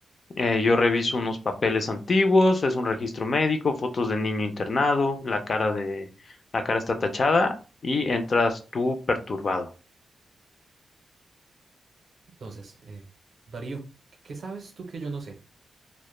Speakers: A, on the left; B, on the right.
A: Eh, yo reviso unos papeles antiguos, es un registro médico, fotos de niño internado, la cara de, la cara está tachada y entras tú perturbado,
B: Entonces, eh, Darío, ¿qué qué sabes tú que yo no sé?